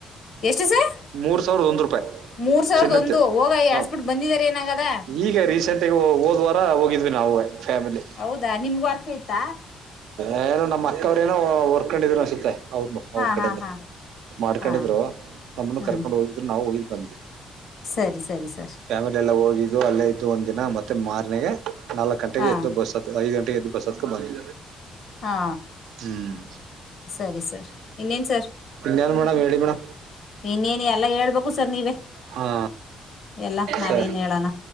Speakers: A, on the left (about 65°); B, on the right (about 85°).
A: ಎಷ್ಟು ಸರ್
B: ಮೂರ್ ಸಾವಿರದ ಒಂದ್ ರೂಪಾಯಿ
A: ಮೂರ್ ಸಾವಿರದ
B: ಚಿನ್ನತ್ತೆ
A: ಒಂದು ಹೋಗ
B: ಹ
A: ಎಳ್ಸ್ಬಿಟ್ಟು ಬಂದಿದಾರ ಏನಾಗದ.
B: ಈಗ ರೀಸೆಂಟ್ಗ ಹೋದ ವಾರ ಹೋಗಿದ್ವಿ ನಾವು ಫ್ಯಾಮಿಲಿ.
A: ಹೌದಾ ನಿಮ್ಗೂ ಅರ್ಕೆ ಇತ್ತ.
B: ಏನೋ ನಮ್ಮ ಅಕ್ಕವ್ರ ಏನೋ ಹೊರ್ಕೊಂಡಿದ್ರು ಅನ್ಸುತ್ತೆ. ಅವರು
A: ಹಾ
B: ಅವ್ರ ಕಡೆನ
A: ಹಾ ಹಾ
B: ಮಾಡ್ಕೊಂಡಿದ್ರು
A: ಹಾ
B: ನಮ್ಮನ್ನು
A: ಹ್ಮ್
B: ಕರ್ಕೊಂಡು ಹೋಗಿದ್ರು ನಾವು ಹೋಗಿದ್ವಿ ಬಂದ್ವಿ.
A: ಸರಿ ಸರಿ ಸರ್
B: ಫ್ಯಾಮಿಲಿ ಎಲ್ಲ ಹೋಗಿದ್ದು ಅಲ್ಲೇ ಇದ್ದು ಒಂದು ದಿನ ಮತ್ತೆ ಮಾರನೆಗೆ ನಾಲ್ಕು ಗಂಟೆಗೆ
A: ಹಾ
B: ಇದ್ದು ಬಸ್. ಐದು ಗಂಟೆಗೆ ಎದ್ದು ಬಸ್ ಹತ್ತಿಕೊಂಡು ಬಂದ್ವಿ
A: ಹಾ
B: ಹ್ಮ್
A: ಸರಿ ಸರ್ ಇನ್ನೇನ್
B: ಇನೇನು ಮೇಡಂ ಹೇಳಿ ಮೇಡಂ.
A: ಇನ್ನೇನ ಎಲ್ಲ ಹೇಳ್ಬೇಕು ಸರ್ ನೀವೇ.
B: ಹಾ
A: ಎಲ್ಲಾ ನಾವೇನ್
B: ಸರಿ
A: ಹೇಳಣ